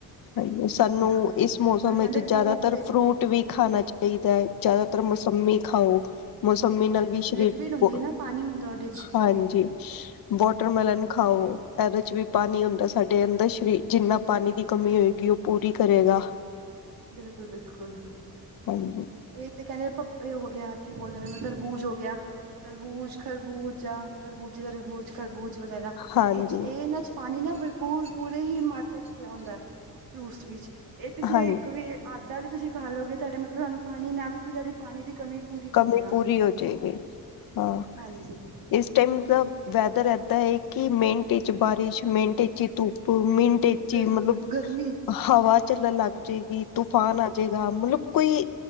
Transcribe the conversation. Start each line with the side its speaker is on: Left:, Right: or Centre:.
Left: ਹਾਂਜੀ
Right: ਬਿਲਕੁਲ
Left: ਸਾਨੂੰ
Right: ਬਿਲਕੁਲ।
Left: ਇਸ ਮੌਸਮ
Right: ਪਰ ਕਹਿੰਦੇ
Left: ਵਿੱਚ ਜ਼ਿਆਦਾਤਰ
Right: ਕੋਕ ਵੇਖੋ
Left: ਫਰੂਟ ਵੀ ਖਾਣਾ ਚਾਹੀਦਾ ਹੈ ਜ਼ਿਆਦਾਤਰ
Right: ਹਾਂ
Left: ਮੁਸੰਮੀ ਖਾਓ। ਮੌਸੰਮੀ ਨਾਲ
Right: ਹਾਂਜੀ
Left: ਵਿਸ਼ ਕ
Right: ਲਿਕੁਿਡ ਹੁੰਦੀ ਹੈ ਨਾ ਪਾਣੀ ਹੁੰਦਾ ਉਹਦੇ ਚ
Left: ਹਾਂਜੀ
Right: ਹਾਂਜੀ,
Left: ਵੋਟਰਮੈਲਨ
Right: ਹਾਂਜੀ
Left: ਖਾਓ ਇਹਦੇ ਚ ਵੀ ਪਾਣੀ ਹੁੰਦਾ ਸਾਡੇ ਅੰਦਰ ਸਰੀਰ ਜਿੰਨਾ ਪਾਣੀ ਦੀ ਕਮੀ ਹੋਏਗੀ ਉਹ ਪੂਰੀ ਕਰੇਗਾ।
Right: ਬਿਲਕੁਲ ਬਿਲਕੁਲ
Left: ਹਾਂਜੀ
Right: ਇਹ ਤੇ ਕਹਿੰਦੇ ਪੱਪੇ ਹੋ ਗਿਆ। ਕੀ ਬੋਲਦੇ ਨੇ ਰਹਿੰਦੇ ਤਰਬੂਜ ਹੋ ਗਿਆ ਤਰਬੂਜ, ਖਰਬੂਜਾ, ਤਰਬੂਜੇ ਤਰਬੂਜ ਖਰਬੂਜ ਵਗੈਰਾ
Left: ਹਾਂਜੀ
Right: ਇਹ ਇਹ ਇਹਨਾਂ ਚ ਪਾਣੀ ਨਾ ਬਰਪੂਰ ਪੂਰੇ ਹੀ ਮਾਤਰਾ ਚ ਪਿਆ ਹੁੰਦਾ ਹੈ। ਫਰੂਟਸ ਵਿੱਚ ਇਹ ਤੁਸੀਂ
Left: ਹਾਂਜੀ
Right: ਇੱਕ ਵੀ ਆਧਾ ਵੀ ਤੁਸੀਂ ਖਾ ਲਓਗੇ ਤੁਹਾਡੇ ਮਤਲਬ ਤੁਹਾਨੂੰ ਪਾਣੀ ਨਾ ਵੀ ਪੀਏ ਤੁਹਾਡੀ ਪਾਣੀ ਦੀ ਕਮੀ ਪੂਰੀ ਕਰ
Left: ਕਮੀ
Right: ਦੇਗਾ
Left: ਪੂਰੀ ਹੋ ਜਾਏਗੀ ਹਾਂ
Right: ਹਾਂਜੀ
Left: ਇਸ ਟਾਈਮ
Right: ਉਹੀ
Left: ਦਾ
Right: ਤੇ
Left: ਵੈਦਰ ਇਦਾਂ ਹੈ ਕਿ ਮਿੰਟ 'ਚ ਬਾਰਿਸ਼ ਮਿੰਟ 'ਚ ਧੁੱਪ ਮਿੰ ਮਿੰਟ ਇਚ
Right: ਬਿਲਕੁਲ
Left: ਮਤਲਬ
Right: ਗਰਮੀ
Left: ਹਵਾ ਚੱਲਣ ਲੱਗ ਜਾਏਗੀ ਤੂਫਾਨ ਆਜੇਗਾ ਮਤਲਬ ਕੋਈ